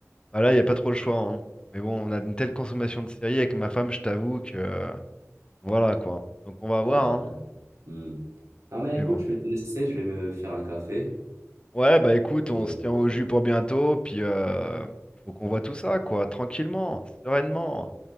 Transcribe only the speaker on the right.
Bah, tu
peux. Hmm. Non, mais écoute,
je vais te laisser. Je vais me faire un café.
Et...